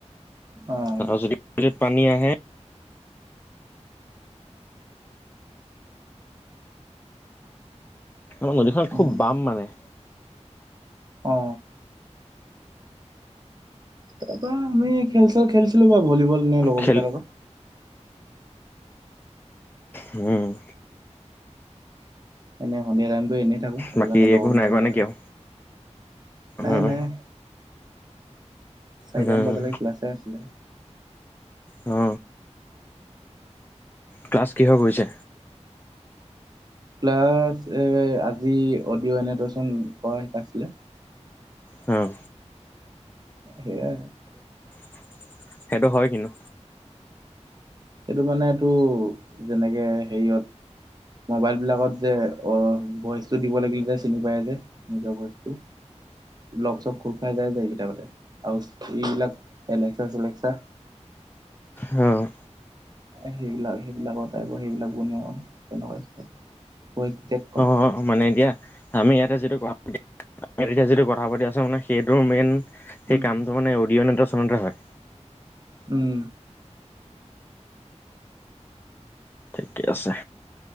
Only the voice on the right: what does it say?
অ',
উম,
অ। তাৰপৰা আমি খেল চেল খেলছ বাৰু ভলীবল নে লগৰ
কেইটাৰ লগত।
এনে সন্ধিয় টাইমটো এনেই থাকো। সেইটো
কাৰণে লগৰ
কেইটাৰ
লগতে
নাই
নাই। চাৰিতা
মান বজালে ক্লাছে আছিলে।
ক্লাছ এ আজি অডিঅ' এনেটচন কৰা শিকাইছিলে।
সেয়া।
এটো মানে টো যেনেকে হেৰি য়। মোবাইলবিলাকত যে অ ভইচটো দিব লাগিলে যে চিনি কৰায় যে। নিজ ভইচ টো। লগ চক খোল খাই যাই যায় কেইটামানতে। আৰু এইবিলাক এলেক্সা চেলেকসা
সেইবিলাক সেইবিলাকৰ টাইপৰ সেইবিলাক বনোৱা আৰু তেনেকুৱাক
উম
উম